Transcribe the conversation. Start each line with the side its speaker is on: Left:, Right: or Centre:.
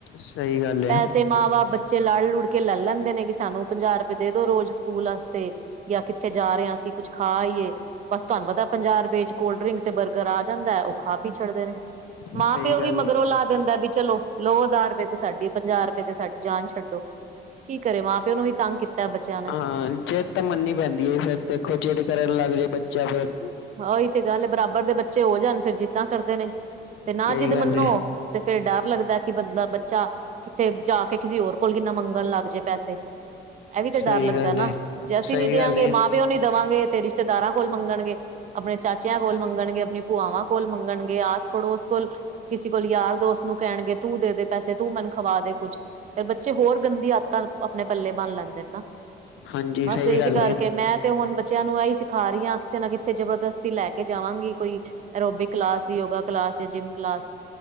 Left: ਸਹੀ ਗੱਲ ਏ
Right: ਪੈਸੇ ਮਾਂ-ਬਾਪ, ਬੱਚੇ ਲੜ-ਲੁੜ ਕੇ ਲੈ ਲੈਂਦੇ ਨੇ, ਕਿ ਸਾਨੂੰ ਪੰਜਾਹ ਰੁਪਏ ਦੇ ਦੋ ਰੋਜ਼ ਸਕੂਲ ਆਸਤੇ, ਜਾਂ ਕਿੱਥੇ ਜਾ ਰਏ ਆਂ, ਅਸੀਂ ਕੁੱਛ ਖਾ ਆਈਏ। ਬਸ ਤੁਆਨੂੰ ਪਤੈ ਪੰਜਾਹ ਰੁਪਏ ਵਿਚ ਕੋਲਡ-ਡਰਿੰਕ ਤੇ ਬਰਗਰ ਆ ਜਾਂਦਾ। ਉ ਖਾ ਪੀ ਛੱਡਦੇ ਨੇ। ਮਾਂ-ਪਿਓ
Left: ਸਹੀ ਗੱਲ
Right: ਵੀ ਮਗਰੋ
Left: ਏ
Right: ਲਾ ਦੇਂਦਾ ਵੀ ਚਲੋ। ਲੋ ਦਸ ਰੁਪਏ ਤੇ ਸਾਡੀ, ਪੰਜਾਹ ਰੁਪਏ ਤੇ ਸਾਡੀ ਜਾਨ ਛੱਡੋ, ਕੀ ਕਰੇ ਮਾਂ-ਪਿਓ ਨੂੰ ਵੀ ਤੰਗ ਕੀਤਾ ਬੱਚਿਆ
Left: ਹਾਂ, ਜਿੱਦ ਮੰਨੀ ਪੈਂਦੀ ਫੇਰ, ਦੇਖੋ ਜਿੱਦ ਕਰਨ ਲੱਗ ਜੇ ਬੱਚਾ ਫੇਰ।
Right: ਹਾਂ ਓਹੀ ਤੇ ਗੱਲ ਹੈ, ਬਰਾਬਰ ਦੇ ਬੱਚੇ ਹੋ ਜਾਣ ਫੇਰ ਜਿੱਦਾਂ ਕਰਦੇ ਨੇ, ਤੇ ਨਾ
Left: ਸਹੀ
Right: ਜਿੱਦ
Left: ਗੱਲ
Right: ਮੰਨੋ
Left: ਏ
Right: ਤੇ ਫੇਰ ਡਰ ਲੱਗਦਾ। ਕਿ ਬੰਦਾ ਬੱਚਾ ਕਿਤੇ ਜਾ ਕੇ, ਕਿਸੇ ਹੋਰ ਕੋਲ ਕਿੰਨਾ ਮੰਗਣ ਲੱਗ ਜੇ ਪੈਸੇ ਏਹ ਵੀ ਤੇ
Left: ਸਹੀ
Right: ਡਰ ਲੱਗਦੈ
Left: ਗੱਲ
Right: ਨਾ,
Left: ਏ
Right: ਜੇ ਅਸੀਂ
Left: ਸਹੀ
Right: ਨੀ ਦੇਆਂਗੇ,
Left: ਗੱਲ ਏ
Right: ਮਾਂ-ਪਿਓ ਨੀ ਦਵਾਂਗੇ ਤੇ, ਰਿਸ਼ਤੇਦਾਰਾਂ ਕੋਲ ਮੰਗਣਗੇ ਆਪਣੇ ਚਾਚਿਆਂ ਕੋਲ ਮੰਗਣਗੇ। ਆਪਣੀ ਭੂਆਵਾਂ ਕੋਲ ਮੰਗਣਗੇ। ਆਸ-ਪੜੋਸ ਕੋਲ ਕਿਸੀ ਕੋਲ ਯਾਰ ਦੋਸਤ ਨੂੰ ਕੈਣਗੇ, ਤੂੰ ਦੇ ਦੇ ਪੈਸੇ, ਤੂੰ ਮੇਨੂ ਖਵਾ ਦੇ ਕੁੱਛ ਫੇਰ ਬੱਚੇ ਹੋਰ ਗੰਦੀ ਆਦਤਾਂ, ਆਪਣੇ ਪੱਲੇ ਬਣ ਲੈਂਦੇ ਨੇ ਨਾ
Left: ਹਾਂਜੀ
Right: ਬਸ
Left: ਸਹੀ
Right: ਇਸ
Left: ਗੱਲ
Right: ਕਰਕੇ,
Left: ਏ
Right: ਮੈਂ ਤੇ ਹੁਣ ਬੱਚਿਆਂ ਨੂੰ ਐਈ ਸਿਖਾ ਰਈ ਆਂ। ਕਿਤੇ ਨਾ ਕਿਤੇ ਤੇ ਜਬਰਦਸਤੀ ਲੈ ਕੇ ਜਾਵਾਂਗੀ, ਕੋਈ ਅਰੋਬਿਕ-ਕਲਾਸ, ਯੋਗਾ-ਕਲਾਸ ਜਾਂ ਜਿੰਮ-ਕਲਾਸ